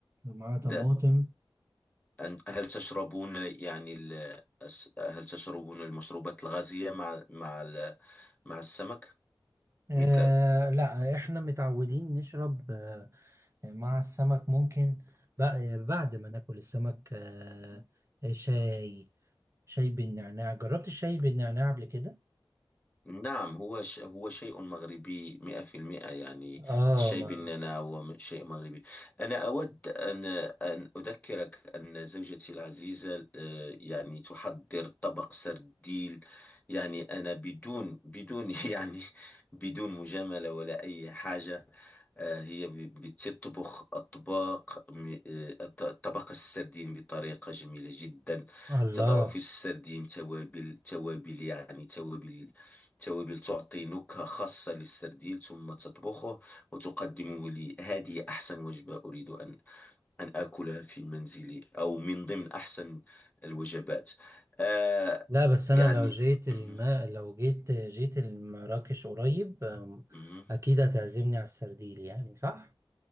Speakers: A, on the right; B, on the left.
A: ومعاها طماطم
B: ده أن- هل تشربون يعني ال- أس- هل تشربون المشروبات الغازية مع مع ال- مع السمك
A: آه
B: مثل
A: لا احنا متعودين نشرب آه مع السمك ممكن بق- بعد ما ناكل السمك آه شاي شاي بالنعناع جربت الشاي بالنعناع قبل كده
B: نعم هو ش... هو شيء مغربي مئة في المئة يعني
A: اه
B: الشاي
A: ما
B: بالنعناع هو م- شيء مغربي أنا أود أن أن أذكرك أن زوجتي العزيزة آه، يعني تحضر طبق سرديل يعني أنا بدون بدون <laughs> يعني بدون مجاملة ولا أي حاجة آه، هي ب- بتطبخ أطباق م- آه، الط- طبق السردين بطريقة جميلة جدا
A: الله
B: تضع في السردين توابل توابل يعني توابل توابل تعطي نكهة خاصة للسرديل ثم تطبخه وتقدمه لي هذه أحسن وجبة أريد أن أن آكلها في منزلي أو من ضمن أحسن الوجبات آه
A: لا بس انا
B: يعني
A: لو جيت
B: مهم.
A: الماء لو جيت جيت المراكش قريب آم،
B: مهم.
A: اكيد هتعزمني على السرديل يعني صح